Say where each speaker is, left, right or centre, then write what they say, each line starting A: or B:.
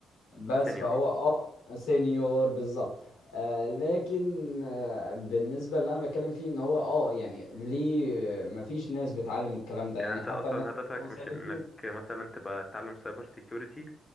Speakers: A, on the left; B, on the left.
A: بس
B: يبقى سينيور
A: فهو اه سينيور بالظبط آه لكن آه بالنسبة اللي انا بتكلم فيه ان هو اه يعني ليه مفيش ناس بتعلم الكلام ده
B: يعني
A: يعني
B: انت
A: حتى
B: اصلا
A: الناس
B: هدفك
A: اللي وصلت
B: مش انك
A: له
B: مثلا تبقى تتعلم سايبر سيكيورتي